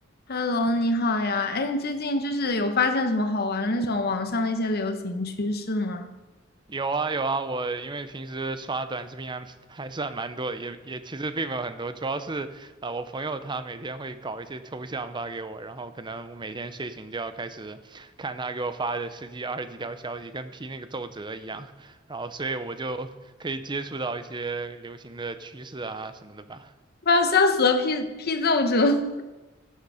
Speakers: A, on the left; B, on the right.
A: Hello，你好呀。哎，你最近就是有发现什么好玩的那种网上的一些流行趋势吗？
B: 有啊有啊，我因为平时刷短视频还 <laughs> 还算蛮多的也也其实并没有很多，主要是啊、呃我朋友他每天会搞一些抽象发给我，然后可能我每天睡醒就要开始看他给我发的十几二十几条消息，跟批那个奏折一样，然后所以我就可以接触到一些流行的趋势啊什么的吧。
A: 哇，笑死了！批批奏折